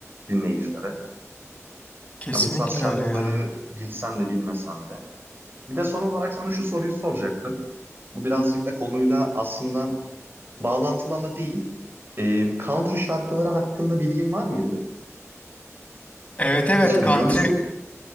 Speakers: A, on the right; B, on the left.
A: dinleyicilere.
B: kesinlikle
A: Yani bu tarz şarkıları
B: öyle ya.
A: bilsen de bilmesen de. Bir de son olarak sana şu soruyu soracaktım. Bu birazcık da konuyla aslında bağlantılı ama değil. Ee, country şarkıları hakkında bilgin var mıydı?
B: Evet evet
A: Hiç
B: country.
A: biliyor musun?